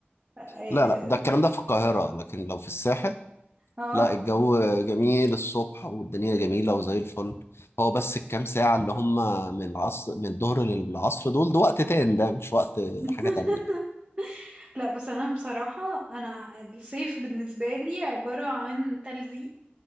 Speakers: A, on the right; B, on the left.
A: اه
B: لا لا ده الكلام ده في القاهره لكن لو في الساحل
A: آه.
B: لا الجو جميل الصبح والدنيا جميلة وزي الفل هو بس الكام ساعة اللي هم من العصر من الظهر للعصر دول ده وقت تاني ده مش وقت
A: <laughs>
B: حاجة تانية
A: لا بس انا بصراحة انا الصيف بالنسبة لي عبارة عن تلزيق